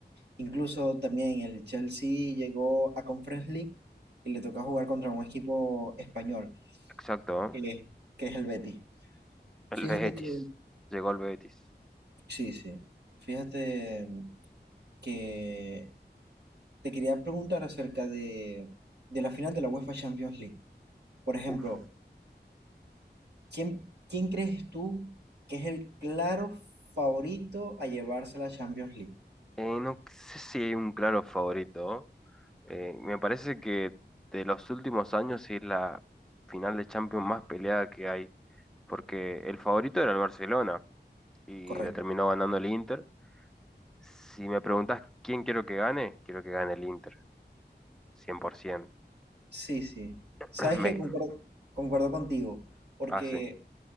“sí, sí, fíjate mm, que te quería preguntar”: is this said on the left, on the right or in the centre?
Right